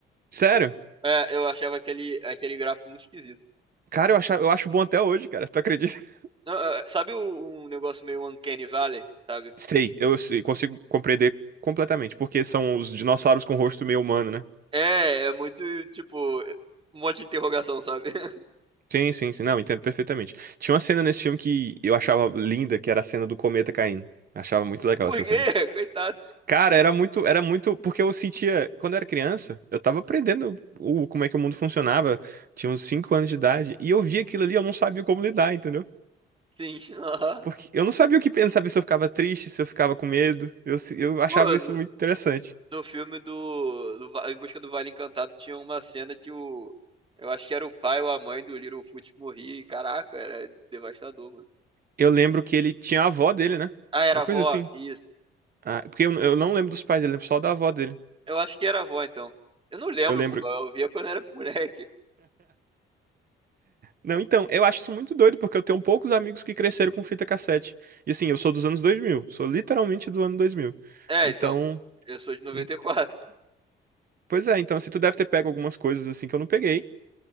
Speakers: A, on the right; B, on the right.
A: Sério?
B: É, eu achava aquele, aquele gráfico muito esquisito.
A: Cara, eu, acha, eu acho bom até hoje, cara. Tu acredita? <laughs>
B: Não, é, sabe o- um negócio meio Uncanny Valley, sabe?
A: Sei, eu sei- consigo compreender completamente, porque são os dinossauros com rosto meio humano, né?
B: É, é muito, tipo, um monte de interrogação, sabe? <laughs>
A: Sim, sim, sim. Não, entendo perfeitamente. Tinha uma cena nesse filme que eu achava linda, que era a cena do cometa caindo. Achava muito legal
B: Por
A: essa
B: quê?
A: cena.
B: Coitados.
A: Cara, era muito, era muito, porque eu sentia, quando eu era criança, eu tava aprendendo o, como é que o mundo funcionava, tinha uns 5 anos de idade, e eu via aquilo ali, eu não sabia como lidar, entendeu?
B: Sim. <laughs> aham.
A: Porque eu não sabia o que pensar, não sabia se eu ficava triste, se eu ficava com medo. Eu, se- eu achava
B: Pô,
A: isso
B: no,
A: muito interessante.
B: no filme do, do Va- Em Busca do Vale Encantado tinha uma cena que o. Eu acho que era o pai ou a mãe do Littlefoot morria. e, Caraca, era devastador, mano.
A: Eu lembro que ele tinha a avó dele, né?
B: Ah, era
A: Uma
B: a
A: coisa
B: avó?
A: assim.
B: Isso.
A: Ah, porque eu, eu não lembro dos pais dele, lembro só da avó dele.
B: Eu acho que era a avó, então. Eu não lembro,
A: Eu lembro
B: pô. Eu via quando era moleque.
A: Não, então, eu acho isso muito doido, porque eu tenho poucos amigos que cresceram com fita cassete. E assim, eu sou dos anos 2000, sou literalmente do ano 2000.
B: É,
A: Então,
B: então, eu sou de 94.
A: hum, pois é, então assim, tu deve ter pego algumas coisas assim que eu não peguei.